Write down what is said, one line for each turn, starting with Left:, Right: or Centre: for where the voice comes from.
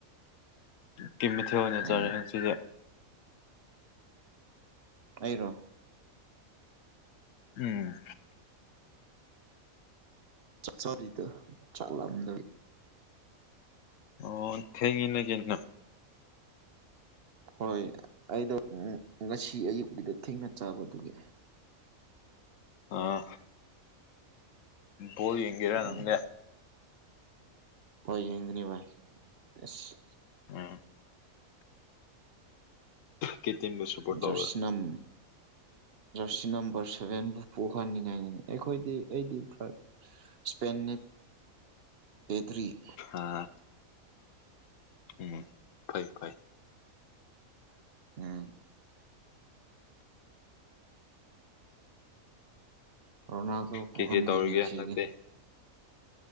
Left: ꯀꯃꯦ ꯊꯅꯦ
Right: ꯐꯩꯅꯦ
Left: ꯆꯔꯁꯤꯗ
Right: ꯑꯧꯔꯣ
Left: ꯎꯝ
Right: ꯆꯣꯔꯤꯗ ꯆꯠꯂꯝꯗ
Left: ꯑꯣ ꯍꯦꯡꯉꯅꯒꯦꯅ
Right: ꯍꯣꯏ ꯑꯩꯗꯣ ꯉꯁꯤ ꯑꯌꯨꯛꯀꯤꯗ ꯊꯦꯡꯅ ꯆꯥꯕꯗꯨꯒꯤ <unintelligible>
Left: ꯑꯥ ꯕꯣꯜ ꯌꯦꯡꯒꯤꯔ
Right: ꯎꯝ
Left: ꯅꯪꯒ
Right: ꯍꯣꯏ ꯌꯦꯒꯅꯤ ꯚꯥꯏ ꯑꯁ
Left: ꯎꯝ ꯀꯩ ꯇꯤꯝꯕꯨ ꯁꯞꯄꯣꯔꯠ
Right: ꯖꯔꯁꯤꯅꯥꯝ
Left: ꯇꯧꯕ꯭ꯔꯥ
Right: ꯁꯤ ꯅꯝꯕꯔ ꯁꯚꯦꯟꯕꯨ ꯄꯣꯛꯍꯟꯅꯤꯡꯉꯥꯏꯅꯤ ꯑꯩꯈꯣꯏꯗꯤ ꯑꯩꯗꯤ ꯏꯁꯄꯦꯟ ꯄꯦꯥꯗꯔꯤꯌꯦ
Left: ꯑ ꯎꯝ ꯐꯩ ꯐꯥꯏ
Right: ꯎꯝ ꯔꯣꯅꯥꯜꯗꯣ ꯄꯨꯍꯟꯗꯣꯏꯅꯤ
Left: ꯀꯩꯀꯩ ꯇꯧꯔꯤꯒꯦ ꯍꯟꯗꯛꯇꯤ
Right: ꯁꯤꯗꯤ